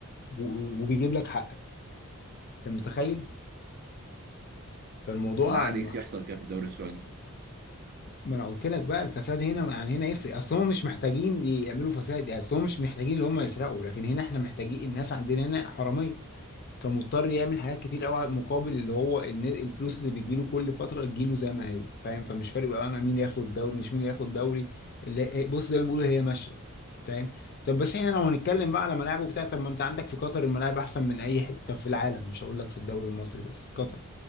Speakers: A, on the left; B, on the right.
A: و- وبيجيب لك حقك انت متخيل فالموضوع
B: بالله عليك
A: عن-
B: يحصل كده في الدوري السعودي
A: ما انا قلت لك بقى الفساد هنا عن هنا يفرق اصل هم مش محتاجين يعملوا فساد يعني اصل هم مش محتاجين ان هم يسرقوا لكن هنا احنا محتاجين الناس عندنا هنا حراميه فمضطر يعمل حاجات كتير قوي مقابل اللي هو الن- الفلوس اللي بتجيله كل فتره تجيله زي ما هي فاهم فمش فارق بقى انا مين ياخد الدوري مش مين اللي ياخد الدوري اللي بص زي ما بيقولوا هي ماشيه فاهم طب بس احنا لو هنتكلم بقى على ملاعب وبتاع طب ما انت عندك في قطر الملاعب احسن من اي حته في العالم مش هقول لك في الدوري المصري بس قطر